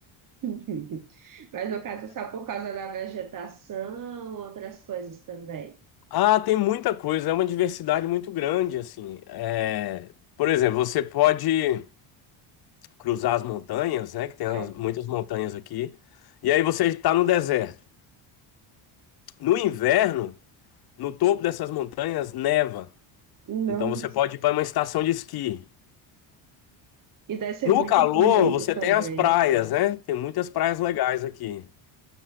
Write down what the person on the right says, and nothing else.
<laughs> Mas no caso, é só por causa da vegetação, outras coisas também.
Ai,
não.
E deve ser
muito
bonito
também.